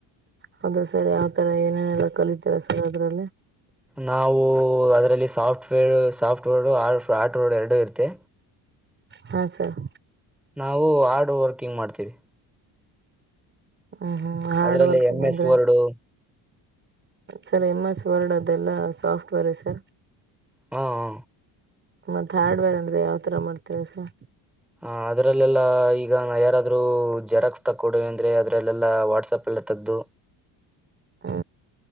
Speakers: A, on the right; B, in the centre.
A: ಹೌದ ಸರ್ ಯಾವ್ತರ ಏನೇನೆಲ್ಲ ಕಲಿತೀರಾ ಸರ್ ಅದ್ರಲ್ಲಿ.
B: ನಾವು ಅದರಲ್ಲಿ ಸಾಫ್ಟ್ವೇರ್ ಸಾಫ್ಟ್ವೇರ್ ಆ ಆರ್ಟ್ವರ್ ಎರಡು. ಇರುತ್ತೆ
A: ಹಾ ಸರ್.
B: ನಾವು ಹಾರ್ಡ್ ವರ್ಕಿಂಗ್ ಮಾಡ್ತೀವಿ.
A: ಹ್ಮ್ ಹ್ಮ್ ಹಾರ್ಡ್
B: ಅದರಲ್ಲಿ
A: ವರ್ಕ್
B: ಎಂ
A: ಏನಂಷದ್ರೆ
B: ಎಸ್ ವರ್ಡು
A: ಸರಿ ಎಮ ಎಸ್ ವರ್ಡ್ ಅ. ಅದೆಲ್ಲಾ ಸಾಫ್ಟ್ ವೇರೇ ಸರ್.
B: ಹು ಹೂ.
A: ಮತ್ತ್ ಹಾರ್ಡವೆರ್ ಅಂದ್ರೆ ಯಾವ್ತರ ಮಾಡ್ತಿರ ಸರ್.
B: ಆ ಅದರಲ್ಲೆಲ್ಲ ಈಗ ನಾ ಯಾರಾದ್ರೂ ಜೆರಾಕ್ಸ್ ತಕ್ಕೊಡಿ ಅಂದ್ರೆ ಅದರಲ್ಲೆಲ್ಲ ವಾಟ್ಸಪ್ ಎಲ್ಲ ತಗದು.
A: ಹೂ.